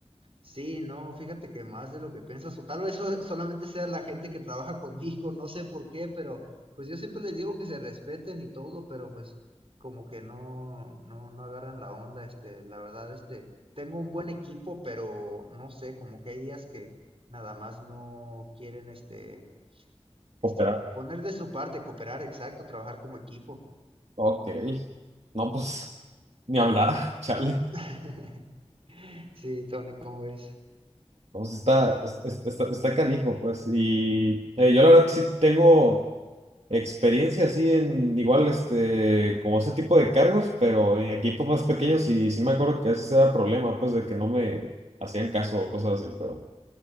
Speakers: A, on the right; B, on the right.
A: Sí, no, fíjate que más de lo que piensas, o tal vez so- solamente sea la gente que trabaja conmigo, no sé por qué, pero pues yo siempre les digo que se respeten y todo, pero pues como que no, no, no agarran la onda, este, la verdad, este, tengo un buen equipo, pero no sé, como que hay días que nada más no quieren, este, este,
B: Operar.
A: poner de su parte, cooperar, exacto, trabajar como equipo.
B: Ok. No, pues, ni hablar, <laughs> chale.
A: <laughs> Sí, Tony, ¿cómo ves?
B: No, Pues está, es- está, está canijo, pues. Y eh, yo la verdad sí tengo experiencia así en igual, este, como ese tipo de cargos, pero en equipos más pequeños y sí me acuerdo que ese era problema, pues, de que no me hacían caso o cosas así, pero